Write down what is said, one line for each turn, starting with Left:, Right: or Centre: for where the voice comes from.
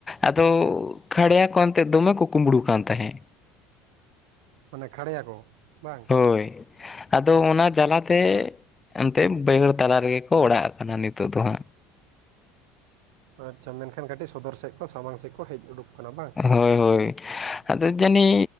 Left: ᱟᱫᱚ ᱠᱷᱟᱲᱭᱟ ᱠᱚ ᱮᱱᱛᱮᱫ ᱫᱚᱢᱮ ᱠᱚ ᱠᱩᱢᱵᱽᱲᱩ ᱠᱟᱱ ᱛᱟᱦᱮᱸᱫ᱾
Right: ᱢᱟᱱᱮ ᱠᱷᱟᱲᱭᱟ ᱠᱚ, ᱵᱟᱝ?
Left: ᱦᱳᱭ, ᱟᱫᱚ ᱚᱱᱟ ᱡᱟᱞᱟᱛᱮ ᱮᱱᱛᱮᱫ ᱵᱟᱹᱭᱦᱟᱹᱲ ᱛᱟᱞᱟ ᱨᱮᱜᱮ ᱠᱚ ᱚᱲᱟᱜ ᱠᱟᱱᱟ ᱱᱤᱛᱚᱜ ᱫᱚ ᱦᱟᱸᱜ᱾
Right: ᱟᱪᱪᱷᱟ ᱢᱮᱱᱠᱷᱟᱱ ᱠᱟᱹᱴᱤᱡ ᱥᱚᱫᱚᱨ ᱥᱮᱫ ᱠᱚ ᱥᱟᱢᱟᱝ ᱥᱮᱫ ᱠᱚ ᱦᱮᱡ ᱩᱰᱩᱠ ᱠᱟᱱᱟ, ᱵᱟᱝ?
Left: ᱦᱳᱭ ᱦᱳᱭ᱾ ᱟᱫᱚ ᱡᱟᱹᱱᱤᱡ